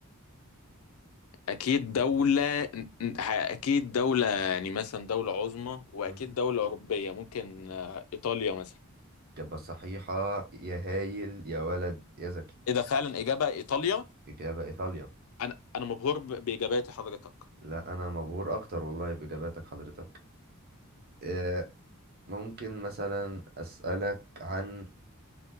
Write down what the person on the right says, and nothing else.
مهم.
إجابة صحيحة يا هايل يا ولد يا زكي
إجابة إيطاليا
لا أنا مبهور أكتر والله بإجاباتك حضرتك آه، ممكن مثلا أسألك عن